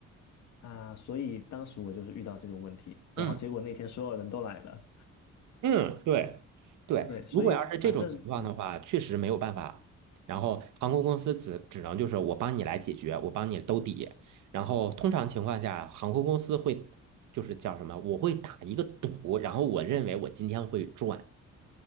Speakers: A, on the left; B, on the right.
A: 啊，所以当时我就是遇到这个问题，然后结果那天所有人都来了，
B: 嗯。嗯，对对，
A: <laughs> 对，所以反正嗯。
B: 如果要是这种情况的话，确实没有办法。然后航空公司只只能就是我帮你来解决，我帮你兜底。然后通常情况下，航空公司会就是叫什么？我会打一个赌，然后我认为我今天会赚。